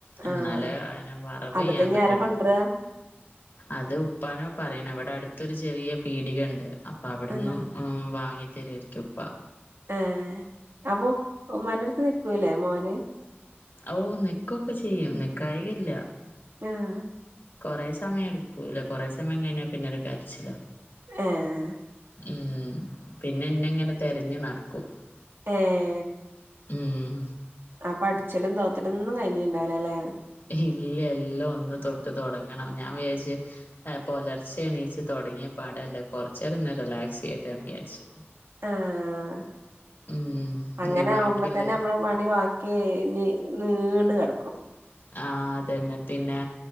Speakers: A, on the right; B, on the left.
A: ആഹ്
B: എന്നാലേ അയിന് വറവ്
A: അതൊക്കെ
B: യ്യാൻ
A: ഇനി
B: പറ്റുള്ളു.
A: ആരാ കൊണ്ടരാ
B: അത് ഉപ്പാനോ പറയണം. ഇവിടെ അടുത്തൊരു ചെറിയ പീടികണ്ട്. അപ്പൊ അവിടന്ന
A: ആഹ്
B: ഉം വാങ്ങി തരോരിക്കുംപ്പാ.
A: ഏഹ് അപ്പൊ ഉമ്മന്റെടുത്ത് നിക്കൂലേ മോന്.
B: ഓഹ് നിക്കൊക്കെ ചെയ്യും. നിക്കായല്ല.
A: ആഹ്
B: കൊറെേ സമയയെടുക്കൂല. കുറേ സമയം കഴിഞ്ഞാപിന്നെ ഒരു കരച്ചിലാ.
A: ആഹ്
B: ഉം പിന്നെന്നെ ങ്ങനെ തെരഞ്ഞു നടക്കും.
A: ഏഹ്.
B: ഉം
A: അപ്പൊ അടിച്ചലും തോത്തലന്നും കഴിഞ്ഞിണ്ടാവില്ലല്ലെ?
B: ഏയ് ഇല്യ. എല്ലും ഒന്ന് തൊട്ട് തൊടങ്ങണം. ഞാ വിയാരിച്ച് ഏഹ് പുലർച്ചെ എണീച്ച് തൊടങ്ങിയ പടല്ലേ. കൊറചേനേരോന്ന് റിലാക്സ് ചെയ്യട്ടെന്ന് വിചാരിച്ചു.
A: ആഹ്
B: ഉം
A: അങ്ങനെ
B: നി ബാക്കിള്ളെ
A: ആവുമ്പോ തന്നെ നമ്മളെ പണി വാക്കി ഇഴഞ്ഞ് നീണ്ട് കെടക്കും.
B: ആഹ് അതന്നെ. പിന്നെ